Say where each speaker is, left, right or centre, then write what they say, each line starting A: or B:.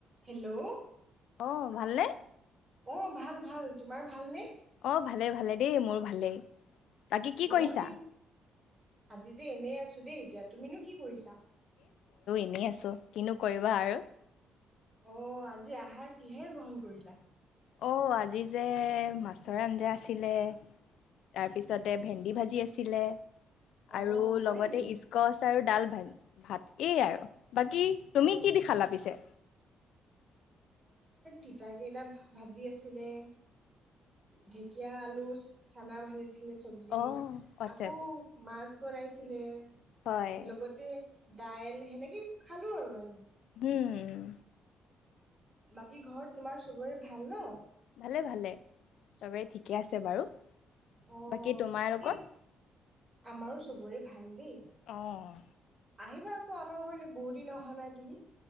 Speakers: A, on the right; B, on the left.
A: Hello
B: আহ ভালনে
A: অ ভাল ভাল তোমাৰ ভাল নে
B: অ ভালে ভালে দেই মোৰ ভালেই বাকী কি
A: বহুত
B: কৰিছা
A: দিন আজি যে এনেই আছো দেই এতিয়া তুমিনো কি কৰিছা
B: শুনি আছো কিনো কৰিবা আৰু
A: অ আজি আহাৰ কিহেৰে গ্ৰহণ কৰিলা
B: অ আজি যে মাছৰ আঞ্জা আছিলে তাৰপিছতে ভেন্দি ভাজি আছিলে
A: অ
B: আৰু
A: হয়
B: লগতে
A: নি
B: স্কচ আৰু ডাল তাৰ ভাত এই আৰু বাকী তুমি
A: অ
B: কি দি খালা পিছে
A: তিতা কেৰেলা ভাজি আছে পিলে ঢেকীয়া আলু চানা ভাজিছো চব্জি
B: অ আচ্ছা
A: আকৌ
B: আচ্ছা
A: মাছ কৰাইছিলে
B: হয়
A: লগতে দাইল সেনেকে খালো আৰু আজি
B: উম
A: বাকী ঘৰত তোমাৰ চবৰে ভাল ন
B: ভালে ভালে চবেই ঠিকে আছে বাৰু
A: অ
B: বাকী তোমাৰালোকৰ
A: এই আমাৰো চবৰে ভাল দেই
B: আহ
A: আহিবা আকৌ আমাৰ ঘৰলৈ বহুত দিন অহা নাই তুমি